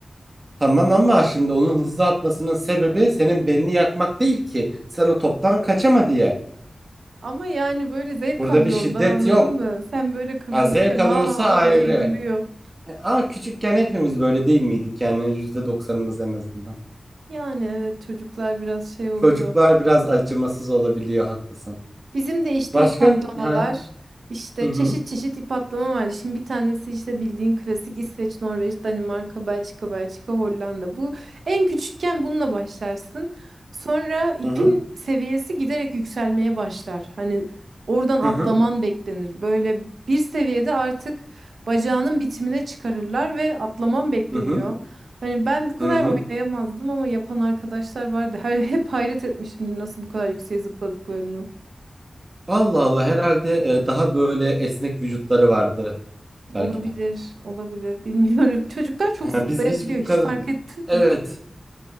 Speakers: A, on the right; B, on the right.
A: Tamam ama şimdi onun hızlı atmasının sebebi senin belini yakmak değil ki. Sen o toptan kaçama diye.
B: <laughs> Ama yani böyle zevk
A: Burada
B: alıyor
A: bir şiddet
B: ondan anladın
A: yok.
B: mı? Sen böyle kıvranırken
A: Ha, zevk
B: ha
A: alıyorsa
B: ha
A: ayrı.
B: diye gülüyor.
A: E, Ama küçükken hepimiz böyle değil miydik yani yüzde doksanımız en azından.
B: Yani evet çocuklar biraz şey oluyor.
A: Çocuklar biraz acımasız olabiliyor haklısın.
B: Bizim de işte
A: Başka
B: ip atlamalar,
A: hı
B: işte
A: hı hı
B: çeşit çeşit ip atlama var. Şimdi bir tanesi işte bildiğin klasik İsveç, Norveç, Danimarka, Belçika, Belçika, Hollanda. Bu en küçükken bununla başlarsın. Sonra ipin
A: hı hı
B: seviyesi giderek yükselmeye başlar. Hani oradan atlaman
A: hı hı
B: beklenir. Böyle bir seviyede artık bacağının bitimine çıkarırlar ve atlaman bekleniyor.
A: hı hı.
B: Hani ben bu kadar
A: hı hı.
B: oynayamazdım ama yapan arkadaşlar vardı. <laughs> Her- Hep hayret etmişimdir nasıl bu kadar yükseğe zıpladıklarını.
A: Allah Allah herhalde e, daha böyle esnek vücutları vardı belki
B: Olabilir,
A: de.
B: olabilir. Bilmiyorum. <laughs> Çocuklar çok
A: Ha,
B: zıplayabiliyor.
A: Biz biz bu
B: Hiç
A: kadar
B: fark ettin
A: evet
B: mi?